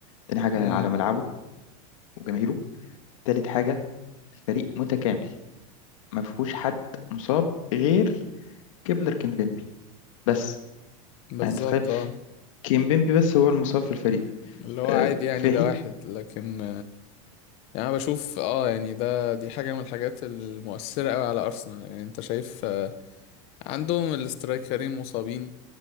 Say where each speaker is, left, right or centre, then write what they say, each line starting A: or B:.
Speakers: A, on the left (about 65°); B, on the left (about 35°).
A: تاني حاجة
B: امم
A: على ملعبه وجماهيره تالت حاجة الفريق متكامل ما فيهوش حد مصاب غير كيبلر كيمبيمبي بس
B: بالظبط
A: يعني أنت تتخيل
B: اه
A: كيمبيمبي بس هو المصاب في الفريق
B: اللي هو
A: آه،
B: عادي يعني
A: في
B: ده
A: حين
B: واحد لكن يعني انا بشوف اه يعني ده دي حاجه من الحاجات المؤثره قوي على ارسنال يعني انت شايف آه، عندهم الاسترايكرين مصابين